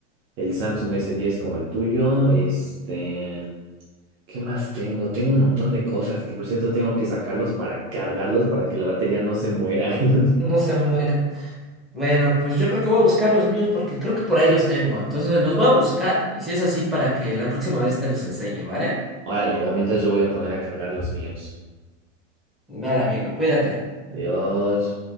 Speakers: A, on the right (about 35°); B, in the centre.
A: el Samsung s diez como el tuyo. Este, ¿qué más tengo? Tengo un montón de cosas que, por cierto, tengo que sacarlos para cargarlos para que la batería no se muera. <laughs>
B: No se muera. Bueno, pues yo creo que voy a buscar los míos porque creo que por ahí los tengo. Entonces los voy a buscar y si es así para que la próxima vez te los enseñe, ¿vale?
A: Órale, va, mientras yo voy a poner a cargar los míos.
B: Vale, amigo, cuídate.
A: Adiós.